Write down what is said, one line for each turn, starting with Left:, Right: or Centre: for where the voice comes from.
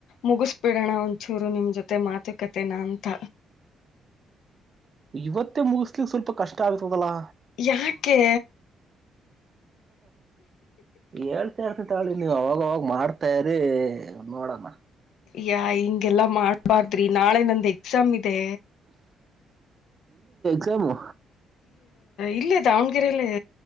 Left: ಮುಗಿಸಬಿಡೋಣ ಒಂಚೂರು ನಿಮ್ ಜೊತೆ ತ್ತೆ ಮಾತು ಕತೆ ನ ಅಂತ
Right: ಇವತ್ತೇ ಮುಗಿಸ್ಲಿಕ್ಕೆ ಸ್ವಲ್ಪ ಕಷ್ಟ ಆಗ್ತದಲ್ಲಾ
Left: ಯಾಕೆ
Right: ಹೇಳ್ತಾ ಇರ್ತಿ ತಾಳಿ ನೀವು್ ಅವಾಗ ಮಾಡ್ತಾ್ರ ನೋಡೋಣ
Left: ಯ ಹಿಂಗೆಲ್ಲಾ ಮಾಡ್ಬಾರ್ದ ಿ ನಾಳೆ ನಂದು ಎಕ್ಸಾಮ್ ಇದೆ
Right: ಜಮ್ಮು
Left: ಇಲ್ಲೇ ದಾವಣ್ಗೆರಲ್ಲ